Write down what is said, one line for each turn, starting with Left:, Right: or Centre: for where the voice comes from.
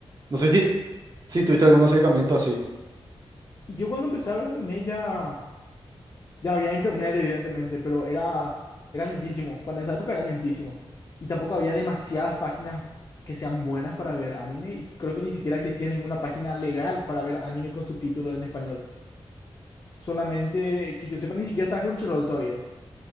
Right: No sé si, si tuviste algún acercamiento así.
Left: Y yo cuando empecé a ver anime ya... Ya había internet, evidentemente, pero era, era lentísimo. Cuando en esa época era lentísimo. Y tampoco había demasiadas páginas que sean buenas para ver anime. Y creo que ni siquiera existía ninguna página legal para ver anime con subtítulos en español. Solamente que yo sepa, ni siquiera está Crunchyroll todavía.